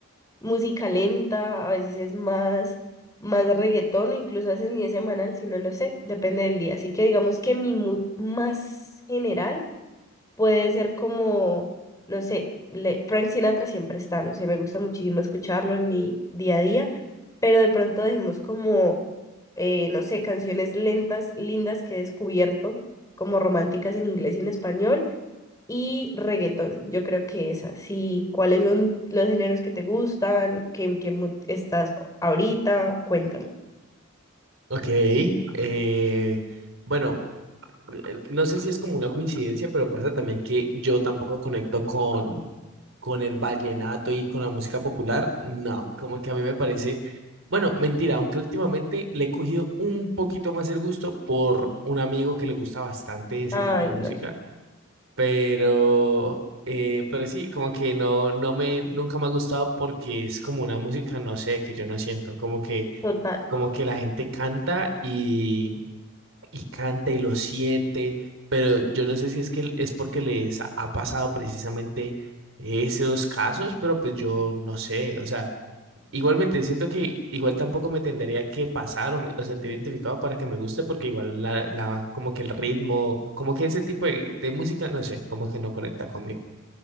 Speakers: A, on the left; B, on the right.
A: música lenta, a veces es más, más reggaetón, o incluso a veces ni es semanal, sino no sé, depende del día. Así que digamos que mi mood más general puede ser como, no sé, le- Frank Sinatra siempre está, no sé, me gusta muchísimo escucharlo en mi día a día, pero de pronto dejemos como, eh, no sé, canciones lentas, lindas que he descubierto, como románticas en inglés y en español, y reggaetón, yo creo que esas, sí, ¿cuáles son los géneros que te gustan? ¿Qué, en qué mood estás ahorita? Cuéntame.
B: Ok. eh, bueno. eh, no sé si es como una coincidencia, pero pasa también que yo tampoco conecto con, con el vallenato y con la música popular. No, como que a mí me parece, bueno, mentira, aunque últimamente le he cogido un poquito más el gusto por un amigo que le gusta bastante ese
A: Ay,
B: tipo de música,
A: no,
B: pero, eh, pero sí, como que no, no me, nunca me ha gustado porque es como una música, no sé, que yo no siento, como que
A: total.
B: como que la gente canta y, y canta y lo siente, pero yo no sé si es que es porque les ha pasado precisamente esos casos, pero pues yo no sé, o sea, igualmente siento que igual tampoco me tendría que pasar o, me- o sentir identificado para que me guste, porque igual la, la, como que el ritmo, como que ese tipo de, de música, no sé, como que no conecta conmigo.